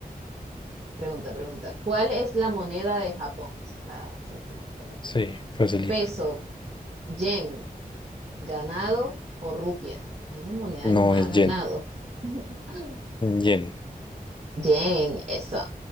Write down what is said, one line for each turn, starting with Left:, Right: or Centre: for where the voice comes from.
Right: pregunta, pregunta. ¿Cuál es la moneda de Japón? Esa está sencilla. pero bueno.
Left: Sí, facilita.
Right: Peso, yen, Ganado o rupia. Hay una moneda
Left: No,
Right: llamada
Left: es
Right: ganado.
Left: Yen.
Right: <laughs>
Left: Yen.
Right: Yen, eso.